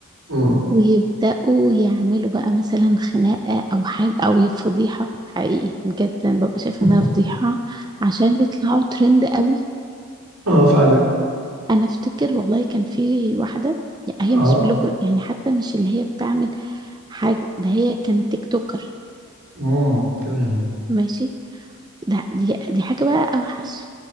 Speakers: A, on the right; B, on the right.
A: امم
B: ويبداوا يعملوا بقى مثلا خناقه او حاجه او فضيحه حقيقي بجد انا ببقى شايفه
A: <laughs>
B: انها فضيحه عشان يطلعوا ترند قوي
A: اه فعلا
B: انا افتكر والله كان في واحده هي
A: اه
B: مش بلوجر يعني حتى مش اللي هي بتعمل حاجه ده هي كانت تيك توكر
A: امم كمان
B: ماشي ده دي دي حاجه بقى اوحش